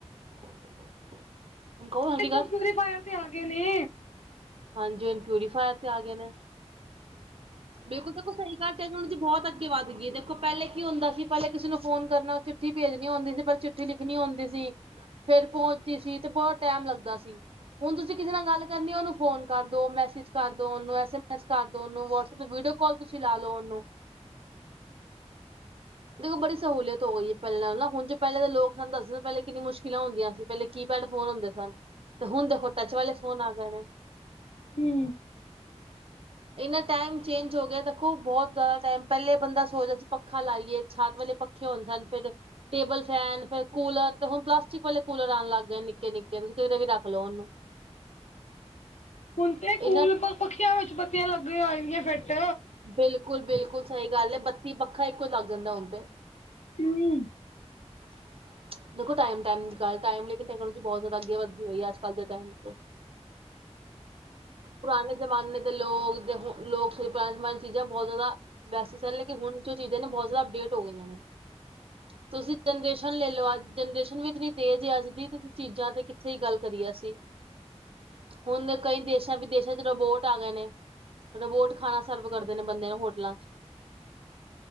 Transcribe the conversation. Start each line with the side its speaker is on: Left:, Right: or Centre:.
Right: <inaudible> ਕਹੋ ਹਲਕੀ
Left: ਤੇਸੂਰੀ
Right: ਗੱਲ
Left: ਫਾਏਰ ਤੇ ਆ ਗਏ ਨੇ।
Right: ਹਾਂਜੀ, ਹੁਨ ਪਿਓਰੀਫਾਏਰ ਤੇ ਆ ਗਏ ਨੇ, ਬਿਲਕੁਲ- ਬਿਲਕੁ ਸਈ ਗੱਲ। ਟੈਕਨੋਲਜੀ ਬੌਤ ਅੱਗੇ ਵੱਧ ਗੀ ਦੇਖੋ ਪੈਲੇ ਕੀ ਹੁੰਦਾ ਸੀ, ਪੈਲੇ ਕਿਸੀ ਨੂੰ ਫੋਨ ਕਰਨਾ, ਚਿੱਠੀ ਭੇਜਨੀ ਹੁੰਦੀ ਸੀ ਪਰ ਚਿੱ ਚਿੱਠੀ ਲਿਖਨੀ ਹੁੰਦੀ ਸੀ, ਫੇਰ ਪੋਂਚਦੀ ਸੀ, ਤੇ ਬੌਤ ਟੈਮ ਲੱਗਦਾ ਸੀ। ਹੁਨ ਤੁਸੀਂ ਕਿਸੇ ਨਾਲ ਗੱਲ ਕਰਨੀ, ਓਨੂੰ ਫੋਨ ਕਰ ਦੋ, ਮੈਸੇਜ ਕਰੋ, ਓਨੂੰ ਐਸ -ਐਮ -ਐਸ ਕਰਦੋ, ਓਨੂੰ ਵਟਸ ਫੇਰ ਵੀਡੀਓ ਕਾੱਲ ਤੁਸੀਂ ਲਾ ਲੋ ਓਨੂੰ। ਦੇਖੋ ਬੜੀ ਸਹੂਲੀਅਤ ਹੋ ਗਈ ਐ, ਪੈਲੇ ਨਾਲੋਂ ਨਾ ਉਂਜ ਪੈਲੇ ਦੇ ਲੋਕ ਸਾਨੂੰ ਦੱਸਦੇ ਪੈਲੇ ਕਿੰਨੀ ਮੁਸ਼ਕਲਾਂ ਹੁੰਦੀਆ ਸੀ, ਪੈਲੇ ਕੀ ਪੈਡ ਫੋਨ ਹੁੰਦੇ ਸਨ, ਤੇ ਹੁਨ ਦੇਖੋ ਟੱਚ ਵਾਲੇ ਫੋਨ ਆ ਗਏ ਨੇ।
Left: ਹੂੰ
Right: ਏਨਾ ਟੈਮ ਚੇਂਜ ਹੋ ਗੇਆ, ਦੇਖੋ ਬੌਤ ਜਾਦਾ ਟੈਮ ਪੈਲੇ ਬੰਦਾ ਸੋਚਦਾ ਸੀ, ਪੱਖਾ ਲਾਈਏ ਛੱਤ ਵਾਲੇ ਪੱ ਖੇ, ਹੁੰਦੇ ਸਨ ਫੇਰ ਟੇਬਲ ਫੈਨ, ਫੇਰ ਕੂਲਰ ਤੇ ਹੁਨ ਪਲਾਸਟਿਕ ਵਾਲੇ ਕੂਲਰ ਆਨ ਲੱਗ ਗਏ ਨਿੱਕੇ- ਨਿੱਕੇ ਤੁਸੀ ਕਿਧਰੇ ਵੀ ਰੱਖ ਲਓ ਓਨੂੰ
Left: ਹੁਨ ਤੇ
Right: ਇਹਨਾਂ
Left: ਕੂਲ ਪੱਖੀਆਂ ਵਿੱਚ ਬੱਤੀਆਂ ਲੱਗੀਆਂ ਹੋਈ ਨੇ ਫਿੱਟ
Right: ਬਿਲਕੁਲ -ਬਿਲਕੁਲ ਸਈ ਗੱਲ ਏ ਬੱਤੀ- ਪੱਖਾ ਇੱਕੋ ਲੱਗ ਜਾਂਦਾ ਹੁਨ ਤੇ
Left: ਅੰ
Right: <inaudible> ਦੇਖੋ ਟੈਮ-ਟੈਮ ਦੀ ਗੱਲ ਟੈਮ ਲੇਕਿਨ ਟੈਕਨੋਲਜੀ ਬੌਤ ਜਾਦਾ ਅੱਗੇ ਵਧਦੀ ਪਈ ਅੱਜ-ਕੱਲ ਦੇ ਟੈਮ ਤੇ ਪੁਰਾਨੇ ਜਮਾਨੇ ਦੇ ਲੋਗ ਜਾ ਹੁਨ ਲੋਕ ਪੁਰਾਨੇ ਜਮਾਨੇ ਚੀਜਾਂ ਬੌਤ ਜਾਦਾ ਵੈਸੇ ਸਨ, ਲੇਕਿਨ ਹੁਨ ਜੋ ਚੀਜਾਂ ਨੇ ਬੌਤ ਜਾਦਾ ਅਪਡੇਟ ਹੋ ਗਈਆਂ ਨੇ। <inaudible> ਤੁਸੀ ਜਨਰੇਸ਼ਨ ਲੈ ਲਓ, ਅੱਜ ਜਨਰੇਸ਼ਨ ਵੀ ਇਤਨੀ ਤੇਜ ਐ ਅੱਜ ਦੀ ਤੇ ਫੇ ਚੀਜਾਂ ਤੇ ਕਿੱਥੇ ਈ ਗੱਲ ਕਰੀਏ ਅਸੀ। ਹੁਨ ਦੇ ਕਈ ਦੇਸਾਂ ਵਿਦੇਸ਼ਾਂ 'ਚ ਰਬੋਟ ਆ ਗਏ ਨੇ, ਰਬੋਟ ਖ਼ਾਨਾ ਸਰਵ ਕਰਦੇ ਨੇ ਬੰਦੇਆਂ ਨੂੰ ਹੋਟਲਾਂ 'ਚ